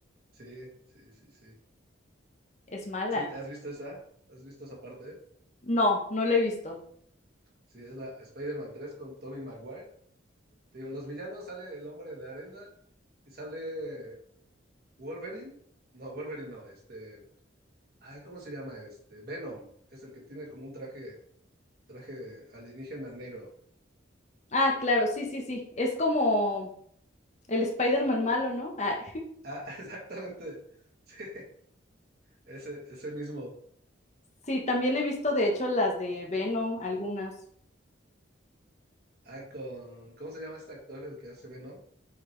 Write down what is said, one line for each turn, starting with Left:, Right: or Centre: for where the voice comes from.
Right: Sí, sí, sí, sí.
Left: Es mala.
Right: ¿Sí? ¿Has visto esa? ¿Has visto esa parte?
Left: No, no lo he visto.
Right: Sí, es la Spider-Man 3 con Tobey Maguire. Te digo, los villanos sale el hombre de arena y sale Wolverine. No, Wolverine no, este. Ay, ¿cómo se llama este? Venom. Es el que tiene como un traje, traje alienígena negro.
Left: Ah, claro, sí, sí, sí. Es como el Spider-Man malo, ¿no? Ah, <laughs>
Right: Ah, <laughs> exactamente. Sí, ese, ese mismo.
Left: sí, también he visto de hecho las de Venom, algunas.
Right: Ah, con. ¿Cómo se llama este actor, el que hace Venom?